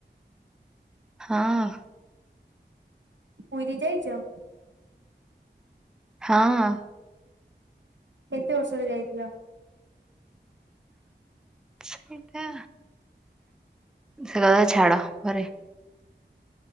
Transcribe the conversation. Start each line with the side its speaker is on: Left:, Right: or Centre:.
Centre: ହଁ।
Right: ପୁରୀ ଯାଇଚ?
Centre: ହଁ।
Right: କେତେ ବର୍ଷରେ ଯାଇଥିଲ?
Centre: ସେଇଟା ସେକଥା ଛାଡ଼ ପରେ